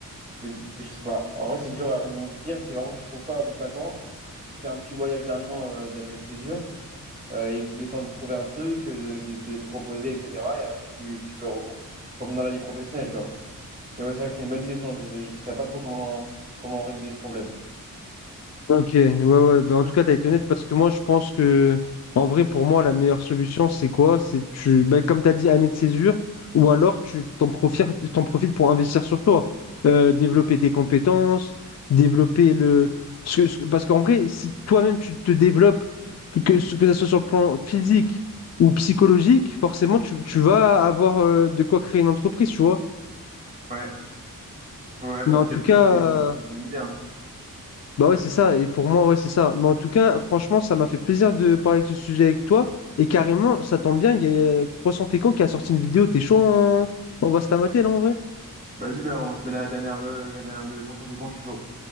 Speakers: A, on the right; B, on the left.
A: de, je sais pas. En vrai, c'est dur. à- Ou pire, si vraiment tu trouves pas au bout de 5 ans, tu te fais un petit voyage d'un an euh, d'année de césure euh, et le temps de trouver un truc, euh, de, de, de te reposer, etc. Et après, tu, tu peux re- revenir dans la vie professionnelle, tu vois. Mais ouais, c'est vrai que c'est une bonne question. Je ne je saurais pas trop comment, comment régler ce problème.
B: Ok, ouais, ouais. Bah,
A: Ouais,
B: en tout
A: peut-être-
B: cas, tu as été honnête parce que moi, je pense que, en vrai, pour moi, la meilleure solution, c'est quoi? C'est tu, bah, comme tu as dit, année de césure, ou alors tu t'en profites, t'en profites pour investir sur toi, Euh, développer tes compétences, développer le. ce que- ce que- parce qu'en vrai, si toi-même tu te développes, que ce que ça soit sur le plan physique ou psychologique, forcément, tu, tu vas avoir euh, de quoi créer une entreprise, tu vois.
A: ouais, ouais, bah,
B: Mais en
A: peut-être
B: tout cas,
A: que c'est c'est une bonne idée. hein.
B: Bah ouais, c'est ça. Et pour moi, ouais, c'est ça. Mais en tout cas, franchement, ça m'a fait plaisir de parler de ce sujet avec toi. Et carrément, ça tombe bien, il y a Poisson Fécond qui a sorti une vidéo. T'es chaud, on... on va se la mater, là, en vrai?
A: Vas-y, bah, on se met la dernière, euh, la dernière de pourcentage con, je suis chaud.